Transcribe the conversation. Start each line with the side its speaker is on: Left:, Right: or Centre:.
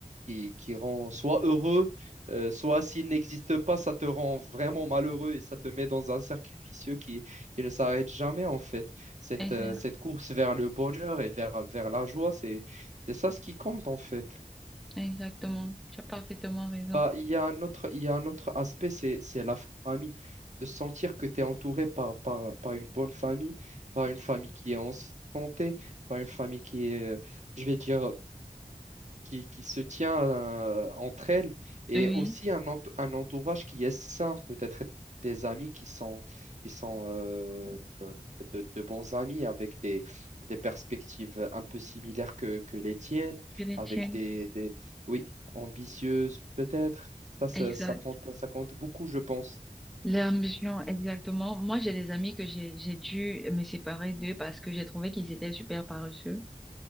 Right: qui, qui rend soit heureux, euh, soit s'il n'existe pas, ça te rend vraiment malheureux et ça te met dans un cercle vicieux qui, qui ne s'arrête jamais en fait. Cette,
Centre: exact.
Right: euh, cette course vers le bonheur et vers, vers la joie, c'est, c'est ça ce qui compte en fait.
Centre: Exactement. Tu as parfaitement raison.
Right: Bah, il y a un autre, il y a un autre aspect, c'est, c'est la famille. De sentir que tu es entouré par, par, par une bonne famille, par une famille qui est en santé, par une famille qui est, euh, je vais dire, qui, qui se tient euh, entre elles et
Centre: Oui,
Right: aussi un, ent- un entourage qui est sain, peut-être des amis qui sont, qui sont euh, euh, de, de bons amis avec des, des perspectives un peu similaires que, que les tiennes,
Centre: que les
Right: avec
Centre: tiennes.
Right: des, des oui, ambitieuses peut-être. Ça, ça,
Centre: Exact.
Right: ça compte, ça compte beaucoup, je pense.
Centre: L'ambition, exactement. Moi, j'ai des amis que j'ai j'ai dû me séparer d'eux parce que j'ai trouvé qu'ils étaient super paresseux.